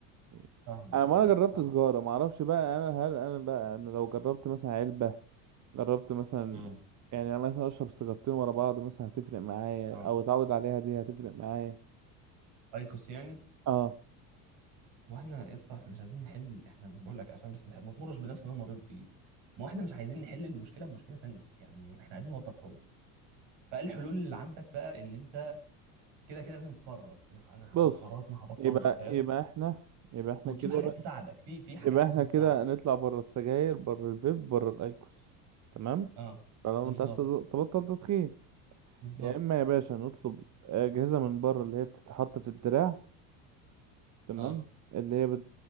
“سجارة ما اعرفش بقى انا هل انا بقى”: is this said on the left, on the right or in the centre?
Right